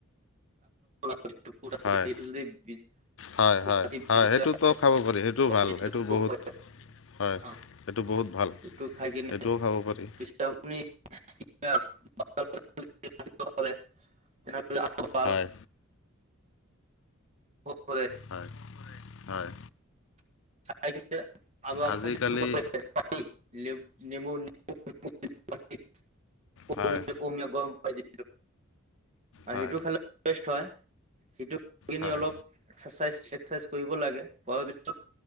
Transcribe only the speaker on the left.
হয়
হয়
হয়-হয়
সেইটোতো খাব পাৰি সেইটো
ভাল সেইটো
বহুত
হয়
এইটো বহুত ভাল
সেইটোও খাব পাৰি।
হয়
হয় হয়
আজিকালি
হয়
হয়
হয়